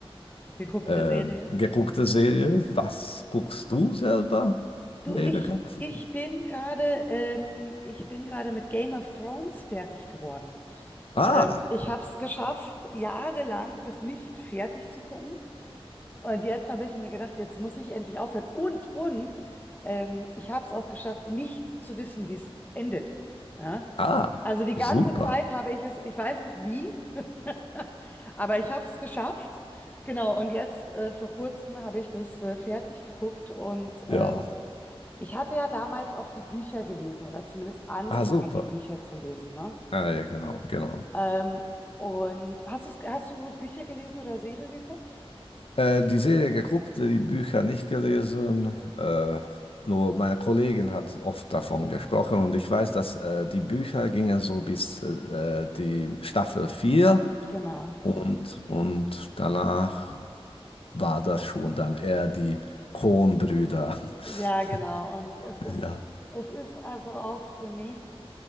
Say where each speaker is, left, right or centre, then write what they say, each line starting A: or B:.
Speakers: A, on the left; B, on the left.
A: Geguckte
B: ähm,
A: Serie.
B: geguckte Serie. Was guckst du selber,
A: Du,
B: Rebecca?
A: ich, ich bin gerade ähm, ich bin gerade mit Game of Thrones fertig geworden.
B: Ah,
A: Ähm, ich habe es geschafft, jahrelang das nicht fertig zu gucken. Und jetzt habe ich mir gedacht, jetzt muss ich endlich aufhören. Und, und ähm, ich habe es auch geschafft, nicht zu wissen, wie es endet. Ja?
B: ah,
A: Also die ganze
B: super.
A: Zeit habe ich es, ich weiß nicht wie, <laughs> aber ich habe es geschafft. Genau, und jetzt äh, vor kurzem habe ich das äh, fertig geguckt und
B: Ja,
A: ähm, ich hatte ja damals auch die Bücher gelesen oder zumindest angefangen,
B: ah, super.
A: die Bücher zu lesen, ne?
B: Ah, ja, genau, genau.
A: Ähm, und hast du, hast du Bücher gelesen oder Serie geguckt?
B: Äh, die Serie geguckt, die Bücher nicht gelesen. Äh, nur meine Kollegin hat oft davon gesprochen und ich weiß, dass äh, die Bücher gingen so bis äh, die Staffel 4
A: Genau.
B: und, und danach war das schon dann eher die Coen-Brüder. <laughs>
A: Ja, genau. Und es ist,
B: Ja,
A: es ist also auch für mich,